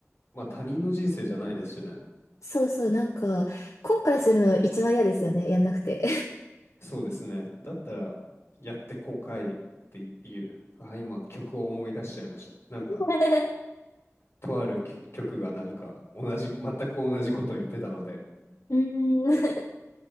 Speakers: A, on the left; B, on the left.
A: まあ他人の人生じゃないですしね。
B: そうそう、なんか、後悔するの一番嫌ですよね、やんなくて。
A: そうですね。だったら、やって後悔っていう。あ、今、曲を思い出しちゃいました。なんか、
B: <laughs>
A: とある曲曲がなんか、同じ、全く同じことを言ってたので。
B: うーん。